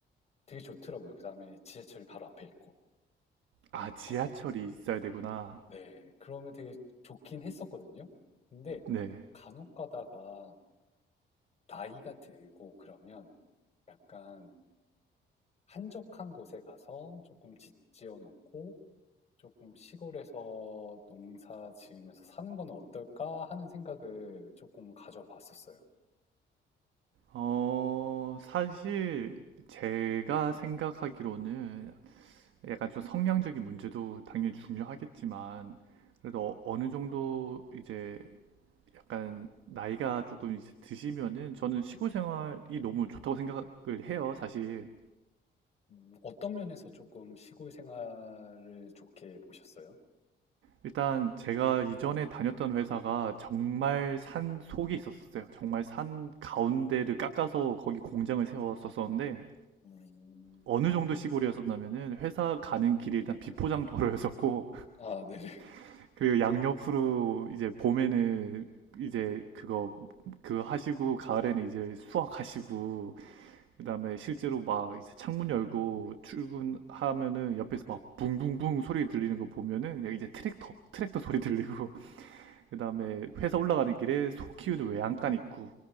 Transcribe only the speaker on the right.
아, 지하철이
있어야 되구나.
네.
어, 사실 제가 생각하기로는 약간 좀 성량적인 문제도 당연히 중요하겠지만 그래도 어- 어느 정도 이제 약간 나이가 조금 이제 드시면은 저는 시골 생활이 너무 좋다고 생각을 해요, 사실.
일단 제가 이전에 다녔던 회사가 정말 산 속에 있었어요. 정말 산 가운데를 깎아서 거기 공장을 세웠었었는데
어느 정도 시골이었었냐면은 회사 가는 길이 일단 비포장 도로였었고
<laughs> 그리고 양옆으로 이제 봄에는 이제 그거 그거 하시고 가을에는 이제 수확하시고 그다음에 실제로 막 이제 창문 열고 출근하면은 옆에서 막 붕붕붕 소리 들리는 거 보면은 이제 트랙터 트랙터 소리 들리고 <laughs> 그다음에 회사 올라가는 길에 소 키우는 외양간 있고